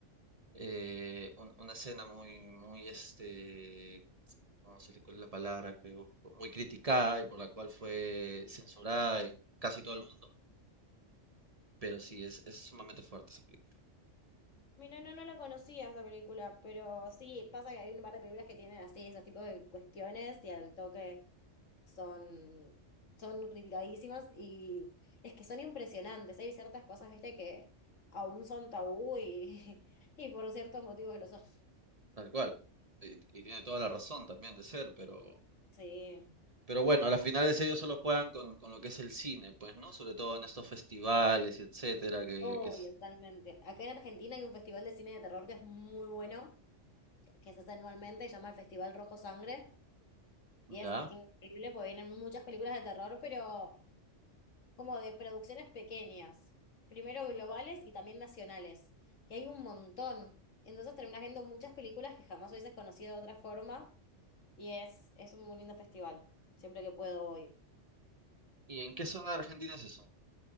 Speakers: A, on the right; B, on the left.
A: eh, un- una escena muy, muy, este, ¿cómo se le cuál es la palabra que busco? Muy criticada y por la cual fue censurada en casi todo el mundo. Pero sí, es, es sumamente fuerte esa película.
B: Mira, no, no la conocía esa película, pero sí, pasa que hay un par de películas que tienen así esos tipos de cuestiones y al toque. son, son criticadísimas y es que son impresionantes. Hay ciertas cosas, viste, que aún son tabú y, <laughs> y por ciertos motivos lo son.
A: Tal cual. Y, y tiene toda la razón también de ser, pero,
B: Sí,
A: pero bueno, a las finales ellos solo juegan con, con lo que es el cine, pues, ¿no? Sobre todo en estos festivales y etcétera, que,
B: obvio,
A: que es...
B: totalmente. Acá en Argentina hay un festival de cine de terror que es muy bueno, que se hace anualmente, se llama el Festival Rojo Sangre y
A: ¿Ya?
B: es increíble porque vienen muchas películas de terror, pero... como de producciones pequeñas, primero globales y también nacionales, que hay un montón. Entonces terminas viendo muchas películas que jamás hubieses conocido de otra forma y es, es un muy lindo festival, siempre que puedo voy.
A: ¿Y en qué zona de Argentina es eso?